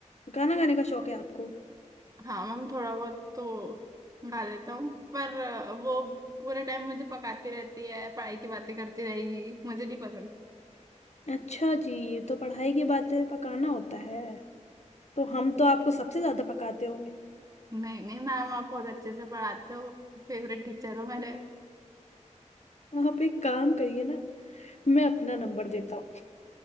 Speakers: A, on the left; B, on the right.
A: गाना गाने का शौक है आपको
B: हाँ मैम थोड़ा बहुत तो गा लेता हूँ पर अ, वो पूरे टाइम मुझे पकाती रहती है पढ़ाई की बातें करती रहेगी मुझे नहीं पसंद
A: अच्छा जी ये तो पढ़ाई की बातें पकाना होता है तो हम तो आपको सबसे ज्यादा पकाते होंगे
B: नहीं नहीं मैम आप बहुत अच्छे से पढ़ाते हो फेवरेट टीचर हो मेरे
A: आप एक काम करिए ना मैं अपना नंबर देता हूँ